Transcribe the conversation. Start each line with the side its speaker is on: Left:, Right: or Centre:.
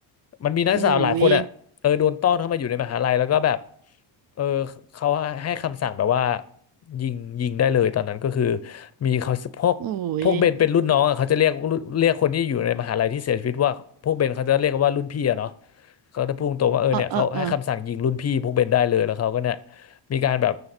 Left: มันมีนักศึกษาหลายคนอ่ะเออโดนต้อนเข้ามาอยู่ในมหาลัยแล้วก็แบบ
Right: อุ้ย
Left: เออเขาให้คำสั่งแบบว่ายิงยิงได้เลยตอนนั้นก็คือมีเขาพวก
Right: อุ้ย
Left: พวกเบนเป็นรุ่นน้องอ่ะเขาจะเรียกเรียกคนที่อยู่ในมหาลัยที่เสียชีวิตว่าพวกเบนเขาจะเรียกว่ารุ่นพี่อะเนาะเขาจะพูดตรงว่าเออเนี่ยเขาให้คำสั่งยิงรุ่นพี่พวกเบนได้เลยแล้วเขาก็เนี่ย
Right: เออเออเออ
Left: มีการแบบ